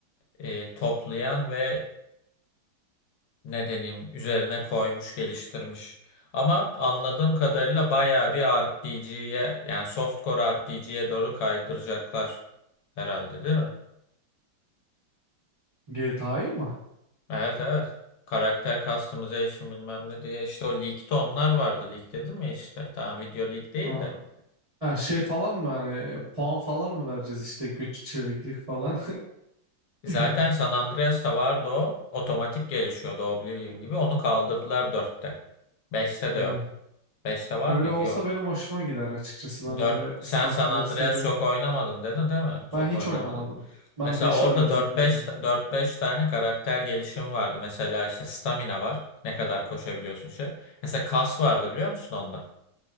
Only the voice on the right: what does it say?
GTA'yı mı?
Aa,
ha, şey falan mı hani puan falan mı vereceğiz işte güç, çeviklik falan?
<laughs>
Hmm.
Öyle
olsa
benim hoşuma gider açıkçası. Ben
öyle
statları
seviyorum.
Ben hiç
oynamadım. Ben
5'i
birazcık
oynadım.